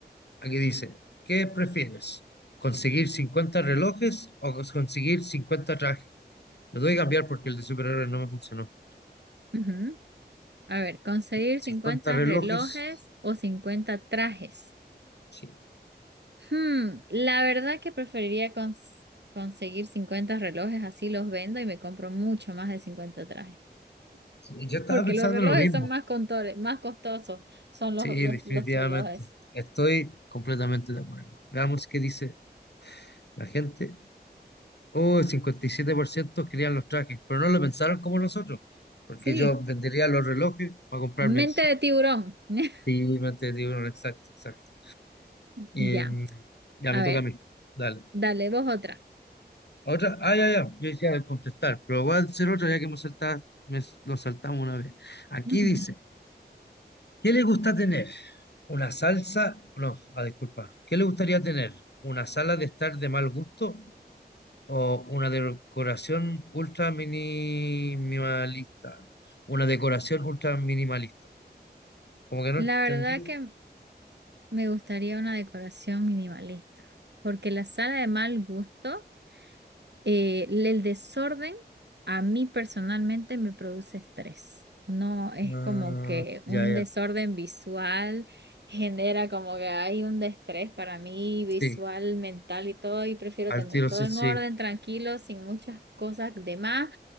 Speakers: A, on the left (about 75°); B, on the right (about 75°).
A: Aquí dice, ¿qué prefieres? ¿Conseguir 50 relojes o cons- conseguir 50 trajes? Lo voy a cambiar porque el de superhéroes no me funcionó.
B: Ujú. A ver, ¿conseguir
A: 50
B: 50
A: relojes.
B: relojes o 50 trajes?
A: Sí.
B: Hmm, la verdad que preferiría cons- conseguir 50 relojes, así los vendo y me compro mucho más de 50 trajes.
A: Sí, Yo estaba
B: Porque
A: pensando
B: los relojes
A: en lo mismo.
B: son más contores, más costosos, son los,
A: Sí,
B: los,
A: definitivamente.
B: los relojes.
A: Estoy completamente de acuerdo. Veamos qué dice la gente. Oh, el 57% querían los trajes, pero no lo pensaron como nosotros, porque
B: Sí,
A: yo vendería los relojes para comprarme.
B: mente
A: Sí,
B: de tiburón. <laughs>
A: me entendí, bueno, exacto, exacto. Y
B: Ya,
A: mm, ya
B: a
A: me
B: ver,
A: toca a mí. Dale.
B: dale vos otra.
A: Otra, ah, ya, ya, yo decía al contestar, pero voy a hacer otra ya que hemos saltado, me- lo saltamos una vez. Aquí
B: Ujú.
A: dice, ¿qué le gusta tener? ¿Una salsa? No, ah, disculpa. ¿Qué le gustaría tener? ¿Una sala de estar de mal gusto o una decoración ultra minimalista? Una decoración ultra minimalista. Como que no
B: La
A: entendí.
B: verdad que me gustaría una decoración minimalista, porque la sala de mal gusto Eh, el desorden a mí personalmente me produce estrés. No es
A: Ah,
B: como que un
A: ya, ya.
B: desorden visual genera como que hay un estrés para mí visual,
A: Sí,
B: mental y todo, y prefiero
A: al
B: tener
A: tiro
B: todo
A: sí,
B: en
A: sí.
B: orden, tranquilo, sin muchas cosas de más.